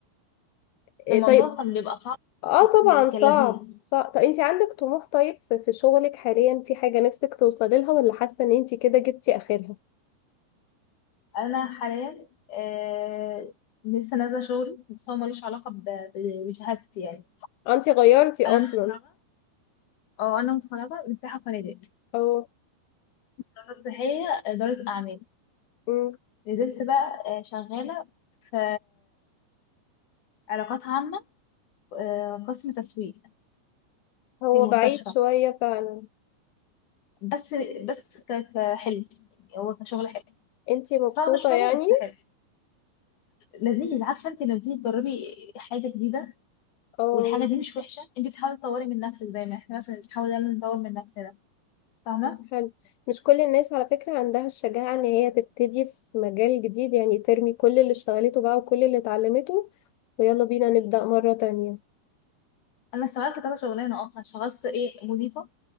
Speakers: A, on the left; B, on the left.
A: آه،
B: الموضوع
A: طيب
B: كان بيبقى صعب
A: اه
B: بس
A: طبعا
B: يعني
A: صعب
B: كان لذيذ
A: صعب طب انت عندك طموح طيب في في شغلك حاليا في حاجه نفسك توصلي لها ولا حاسه ان انت كده جبتي اخرها
B: انا حاليا آه لسه نازله شغلي بس هو ملوش علاقه ب- ب- بشهادتي يعني
A: آه، انت غيرتي
B: انا
A: اصلا
B: متخرجه اه انا متخرجه من سياحه وفنادق
A: او
B: دراسه صحيه اداره اعمال
A: مم،
B: نزلت بقى آه، شغاله في علاقات عامه آه، قسم تسويق
A: هو
B: في مستشفى
A: بعيد شويه فعلا
B: بس بس ك- كحلو هو كشغل حلو
A: انت مبسوطه
B: صعب شويه
A: يعني
B: بس حلو لذيذ عارفه انت لما تيجي تجربي حاجه جديده
A: اه
B: والحاجه دي مش وحشه انت بتحاولي تطوري من نفسك دايما احنا مثلا بنحاول دايما نطور من نفسنا فاهمه
A: حلو مش كل الناس على فكرة عندها الشجاعة ان هي تبتدي في مجال جديد يعني ترمي كل اللي اشتغلته بقى وكل اللي اتعلمته ويلا بينا نبدأ مرة تانية
B: انا اشتغلت كذا شغلانه اصلا اشتغلت ايه مضيفه